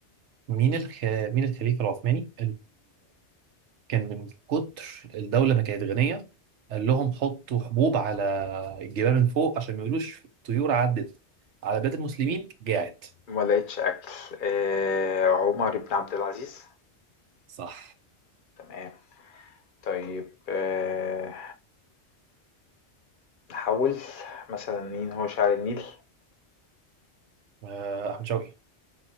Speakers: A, on the right; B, on the left.
A: مين الخ... مين الخليفة العثماني كان من كتر الدولة ما كانت غنية قال لهم حطوا حبوب على الجبال من فوق عشان ما يقولوش طيور عدت على بلاد المسلمين جاعت
B: ما لقيتش أكل آه، عمر بن عبد العزيز
A: صح
B: تمام طيب آه، نحول مثلا مين هو شاعر النيل
A: آه، أحمد شوقي